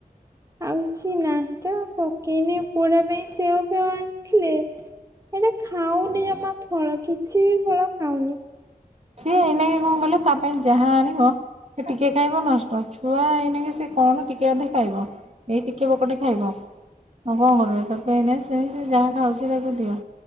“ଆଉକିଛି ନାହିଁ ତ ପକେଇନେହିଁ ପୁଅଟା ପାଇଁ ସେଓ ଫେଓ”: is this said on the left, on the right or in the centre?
Right